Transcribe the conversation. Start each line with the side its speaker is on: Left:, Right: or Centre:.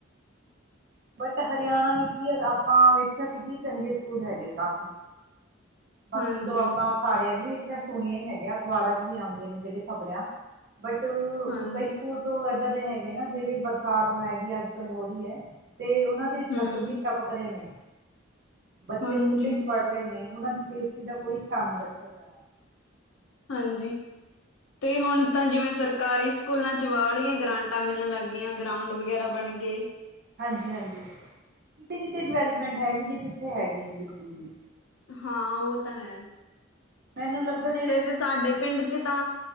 Right: ਬਟ ਹਰਿਆਣਾ ਵਿੱਚ ਵੀ ਆਪਾਂ ਵੇਖਿਆ ਸੀ, ਕਿ ਚੰਗੇ ਸਕੂਲ ਹੈਗੇ ਕਾਫੀ। ਬਾਕੀ
Left: ਹਾਂਜੀ
Right: ਤੋਂ ਆਪਾਂ ਸਾਰਿਆਂ ਨੀ ਵੇਖਿਆ ਸੁਣੀਆਂ ਹੀ ਹੈਗੀਆਂ, ਅਖ਼ਬਾਰਾਂ ਚ' ਵੀ ਆਉਂਦੀਆਂ ਨੇ ਜਿਹੜੇ ਖ਼ਬਰਾਂ ਬਟ
Left: ਹਾਂਜੀ
Right: ਕਈ ਸਕੂਲ, ਤੋਂ ਏਦਾਂ ਦੇ ਹੈਗੇ ਨਾ, ਜਿਹੜੀ ਬਰਸਾਤ ਹੈਗੀ ਅੱਜ ਕੱਲ ਹੋ ਰਹੀ ਹੈ ਤੇ ਉਹਨਾਂ ਦੇ
Left: ਹਮ
Right: ਛੱਤ ਵੀ ਟਪਕ ਰੇ ਨੇ, ਬੱਚੇ
Left: ਹਾਂਜੀ
Right: ਖੁੱਲੇ 'ਚ ਪੜ੍ਹ ਰੇ ਨੇ ਓਨਾਂ ਦੀ ਤੇਸਟੀ ਦਾ ਕੋਈ ਖਿਆਲ ਨਈ ਰੱਖਿਆ ਜਾਨਾ।
Left: ਹਾਂਜੀ ਤੇ ਹੁਣ ਤਾਂ ਜਿਵੇਂ ਸਰ ਕਾਰੀ ਸਕੂਲਾਂ 'ਚ ਵਾਹਲੀਐਂ ਗਰਾਂਟਾਂ ਮਿਲਣ ਲੱਗ ਗਈਆਂ, ਗਰਾਊਂਡ ਵਗੈਰਾ ਬਣ ਗੇ।
Right: ਹਾਂਜੀ-ਹਾਂਜੀ, ਕਿਤੇੇ-ਕਿਤੇ ਡਿਵੈਲਪਮੈਂਟ ਹੈਗੀ ਜੀ, ਕਿੱਥੇ ਹੈਗੀ ਨੀ ਬਿਲਕੁਲ ਵੀ।
Left: ਹਾਂ ਓ ਤਾਂ ਹੈ।
Right: ਮੈਨੂੰ ਲੱਗਦੈ
Left: ਵੈਸੇ ਸਾਡੇ ਪਿੰਡ 'ਚ ਤਾਂ